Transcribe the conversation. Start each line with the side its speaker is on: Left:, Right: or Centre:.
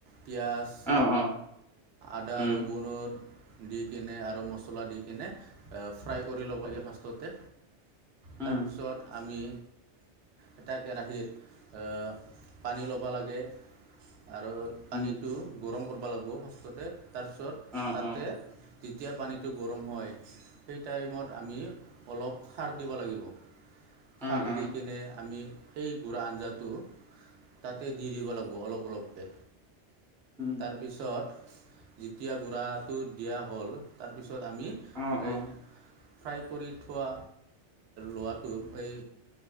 Right: পিঁয়াজ,
Centre: অ অ
Right: আদা,
Centre: উম
Right: ৰগুনৰ। দি কিনে আৰু মছলা দি কিনে ফ্ৰাই কৰি ল'ব লাগে ফাৰ্ষ্টতে।
Centre: উম
Right: তাৰপিছত আমি। এটা কেৰাহীত এ পানী ল'ব লাগে। আৰু পানীটো
Centre: উম
Right: গৰম কৰিব লাগিব ফাৰ্ষ্টতে তাৰপিছত
Centre: অ অ
Right: তাতে যেতিয়া পানীটো গৰম হয় সেই টাইমত আমি অলপ। খাৰ দিব লাগিব খাৰ
Centre: অ অ
Right: দি কিনে আমি। সেই গুড়া আঞ্জাটো তাতে দি দিব লাগিব অলপ অলপকে।
Centre: উম,
Right: তাৰপিছত যেতিয়া গুড়াটো দিয়া হ'ল তাৰপিছত আমি
Centre: অ',
Right: এই
Centre: অ',
Right: ফ্ৰাই কৰি থোৱা লোৱাটো এই